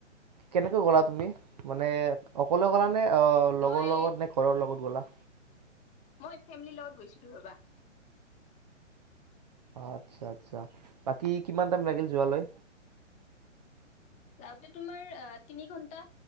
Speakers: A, on the right (about 35°); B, on the left (about 20°).
A: কেনেকৈ গ'লা তুমি মানে অকলে গ'লা মানে অ
B: মই
A: লগৰ লগত নে ঘৰৰ লগত গ'লা
B: মই ফেমিলিৰ লগত গৈছিলো ৰবা।
A: আচ্ছা আচ্ছা বাকী কিমান টাইম লাগিল যোৱালৈ?
B: যাওঁতে তোমাৰ তিনি ঘন্টা